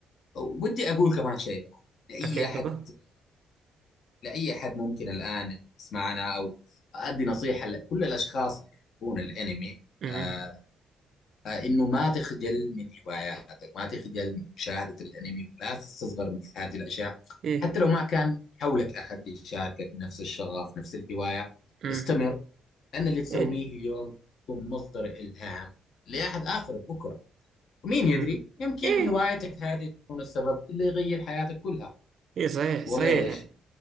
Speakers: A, on the left (about 65°); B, on the right (about 60°).
A: ودي اقول كمان شيء بعد لاي
B: أكاثبة
A: احد لاي احد ممكن الان يسمعنا او ادي نصيحه لكل الاشخاص اللي يحبون الانمي
B: أمم
A: آه آه انه ما تخجل من هواياتك ما تخجل من مشاهده الانمي ولا تستصغر مثل هذه الاشياء
B: إيه
A: حتى لو ما كان حولك احد يشاركك نفس الشغف نفس الهوايه
B: أمم
A: استمر لان اللي تسويه
B: إيه
A: اليوم يكون مصدر الهام لاحد اخر بكره ومين يدري
B: أمم
A: يمكن
B: إيه
A: هوايتك هذه تكون السبب اللي يغير حياتك كلها
B: إيه صحيح
A: والله
B: صحيح
A: ايش
B: يعني